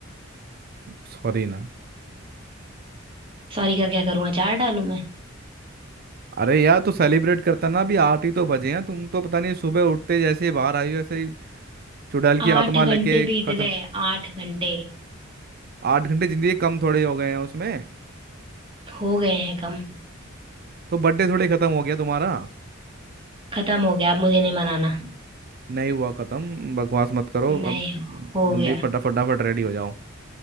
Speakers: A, on the right; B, on the right.
A: सॉरी ना
B: सॉरी का क्या करूँ अचार डालूं मैं
A: अरे यार तो सेलिब्रेट करता ना अभी आठ ही तो बजे हैं तुम तो पता नहीं सुबह उठते जैसे ही बाहर आई हो ऐसे ही चुड़ैल की
B: आठ
A: आत्मा लेके
B: घंटे बीत
A: खतर
B: गए आठ घंटे
A: आठ घंटे जिंदगी कम थोड़े हो गए हैं उसमें
B: हो गए हैं कम
A: तो बर्थडे थोड़ी खत्म हो गया तुम्हारा
B: खत्म हो गया अब मुझे नहीं मनाना
A: नहीं हुआ खत्म बकवास मत करो
B: नहीं
A: अब जल्दी
B: हो गया
A: फटा फटाफट रेडी हो जाओ